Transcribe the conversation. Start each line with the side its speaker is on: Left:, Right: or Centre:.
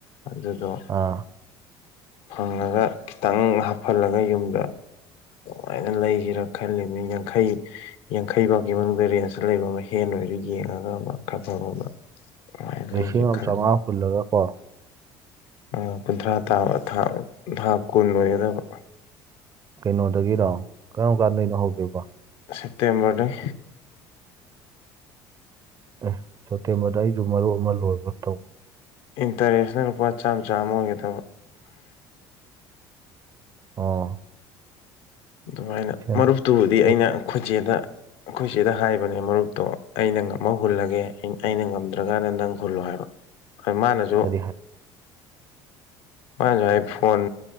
Left: ꯑꯗꯨꯗꯣ
Right: ꯑꯥ
Left: ꯐꯪꯉꯥꯒ ꯈꯤꯇꯪ ꯍꯥꯞꯐꯜꯂꯒ ꯌꯨꯝꯗ ꯗꯨꯃꯥꯏꯅ ꯂꯩꯖꯤꯔꯥ ꯈꯜꯂꯤꯝꯅꯤ ꯌꯥꯡꯈꯩ ꯌꯥꯡꯈꯩ ꯐꯥꯎꯒꯤ ꯃꯅꯨꯡꯗ ꯔꯦꯟꯖꯇ ꯂꯩꯕ ꯑꯃ ꯍꯦꯟ ꯑꯣꯏꯔꯖꯨ ꯌꯦꯡꯉꯥꯒ ꯑꯃ ꯈꯥꯐꯕꯃꯥ ꯑꯃ ꯑꯗꯨꯃꯥꯏꯅ
Right: ꯂꯤꯁꯤꯡ
Left: ꯂꯩꯒꯦ
Right: ꯑꯃ
Left: ꯈꯜꯂꯤ
Right: ꯆꯧꯉꯥ ꯍꯨꯜꯂꯒ ꯀꯣ
Left: ꯑꯥ ꯀꯨꯟꯊ꯭ꯔꯥ ꯇꯥꯕ ꯊꯥ ꯊꯥ ꯀꯨꯟ ꯑꯣꯏꯒꯗꯕ
Right: ꯀꯩꯅꯣꯗꯒꯤꯔꯣ ꯀꯔꯝ ꯀꯥꯟꯗꯩꯅꯣ ꯍꯧꯗꯣꯏꯕꯣ
Left: ꯁꯦꯞꯇꯦꯝꯕꯔꯗꯩ
Right: ꯑꯦ ꯁꯦꯞꯇꯦꯝꯕꯔꯗ ꯑꯩꯁꯨ ꯃꯔꯨꯞ ꯑꯃ ꯂꯣꯏꯕ ꯇꯧꯕ
Left: ꯏꯟꯇꯔꯦꯁꯅ ꯂꯨꯄꯥ ꯆꯥꯝ ꯆꯥꯝꯃ ꯑꯣꯏꯒꯗꯕ
Right: ꯑꯣ
Left: ꯑꯗꯨꯃꯥꯏꯅ
Right: ꯁꯦꯞ
Left: ꯃꯔꯨꯞꯇꯨꯕꯨꯗꯤ
Right: ꯁꯦꯞ
Left: ꯑꯩꯅ ꯈꯣꯏ ꯆꯦꯗ ꯑꯩꯈꯣꯏ ꯆꯦꯗ ꯍꯥꯏꯕꯅꯦ ꯃꯔꯨꯞꯇꯣ ꯑꯩꯅ ꯉꯝꯃꯥ ꯍꯨꯜꯂꯒꯦ ꯑꯩꯅ ꯉꯝꯗ꯭ꯔꯀꯥꯟꯗ ꯅꯪ ꯍꯨꯜꯂꯣ ꯍꯥꯏꯕ ꯍꯣꯏ ꯃꯥꯅꯁꯨ
Right: ꯀꯔꯤ ꯍꯥꯏ
Left: ꯃꯥꯅꯁꯨ ꯍꯥꯏ ꯐꯣꯟ